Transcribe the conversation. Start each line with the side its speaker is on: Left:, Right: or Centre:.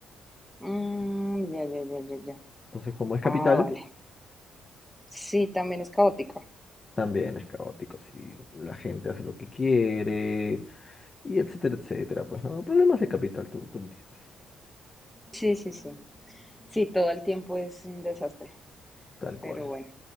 Centre: Mm, ya, ya, ya, ya, ya.
Left: entonces como es capital,
Centre: Ah, vale. Sí, también es caótica.
Left: también es caótico, sí, la gente hace lo que quiere, y etcétera, etcétera, pues no, problemas de capital, tú, tú entiendes,
Centre: Sí, sí, sí. Sí, todo el tiempo es un desastre,
Left: tal cual.
Centre: pero bueno,